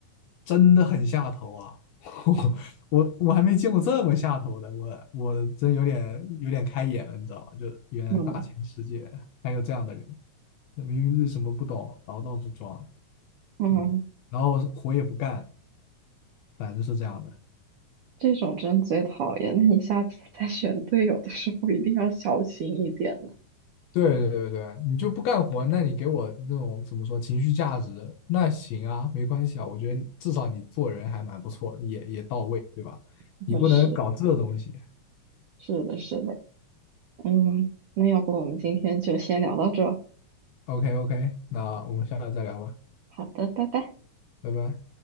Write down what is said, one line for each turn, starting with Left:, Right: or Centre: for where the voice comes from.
Left: 真的很下头啊！<laughs> 我我我还没见过这么下头的，我我真有点有点开眼了，你知道吧，就原来大千世界还有这样的人，
Right: <laughs> 嗯。
Left: 那明明自己什么不懂，然后到处装，
Right: 嗯，
Left: 嗯，然后活也不干，反正是这样的。
Right: 这种真最讨厌。那你下次 <laughs> 在选队友的时候一定要小心一点呢。
Left: 对对对对，你就不干活，那你给我那种怎么说情绪价值，那行啊，没关系啊，我觉得至少你做人还蛮不错，也也到位，对吧？
Right: 那是，
Left: 你不能搞这东西。
Right: 是的，是的。嗯，那要不我们今天就先聊到这。
Left: OK OK，那我们下次再聊吧，
Right: 好的，拜拜。
Left: 拜拜。